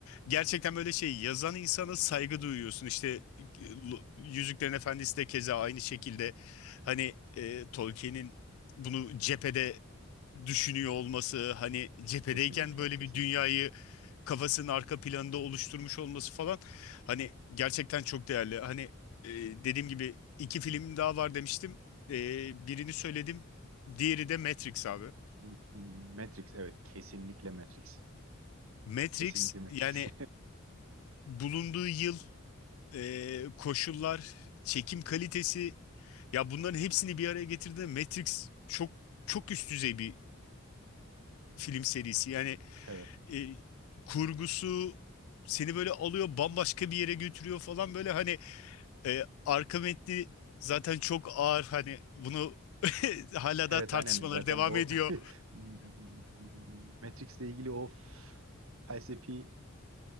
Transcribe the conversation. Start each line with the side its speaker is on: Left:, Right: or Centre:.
Left: Gerçekten böyle şey yazan insana saygı duyuyorsun İşte e, Lu- Yüzüklerin Efendisi de keza aynı şekilde hani e, Tolkien'in bunu cephede düşünüyor olması hani cephedeyken
Right: Kesinlikle,
Left: böyle
Right: kesinlikle.
Left: bir dünyayı kafasının arka planında oluşturmuş olması falan hani gerçekten çok değerli hani e, dediğim gibi iki film daha var demiştim E, birini söyledim diğeri de Matrix abi
Right: M- Matrix, evet, kesinlikle Matrix.
Left: Matrix
Right: Kesinlikle Matrix.
Left: yani bulunduğu yıl e, koşullar, çekim kalitesi ya bunların hepsini bir araya getirdiğinde Matrix çok çok üst düzey bir film serisi. Yani
Right: <laughs> Evet.
Left: e, kurgusu seni böyle alıyor bambaşka bir yere götürüyor falan böyle hani e, arka metni zaten çok ağır hani bunu <laughs> hala
Right: Evet
Left: da tartışmaları
Right: aynen zaten
Left: devam
Right: o
Left: ediyor.
Right: <laughs> Matrix'le ilgili o felsefi